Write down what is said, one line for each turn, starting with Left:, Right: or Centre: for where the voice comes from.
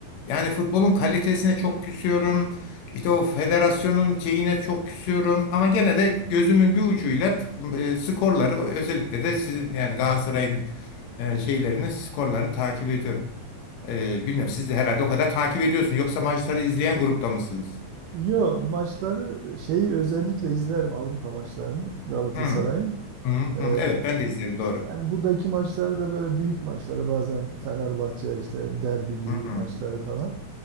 Left: Yani futbolun kalitesine çok küsüyorum. İşte o federasyonun şeyine çok küsüyorum. Ama gene de gözümün bir ucuyla e, skorları özellikle de sizin yani Galatasaray'ın e, şeylerini skorlarını takip ediyorum. Ee, bilmiyorum siz de herhalde o kadar takip ediyorsun. Yoksa maçları izleyen grupta mısınız?
Right: Yo maçları şeyi özellikle izlerim Avrupa maçlarını Galatasaray'ın.
Left: Hı, hı, hı.
Right: Ee,
Left: Evet ben de izlerim doğru.
Right: yani buradaki maçları da böyle büyük maçları bazen Fenerbahçe işte derbi gibi
Left: Hı, hı.
Right: maçları falan.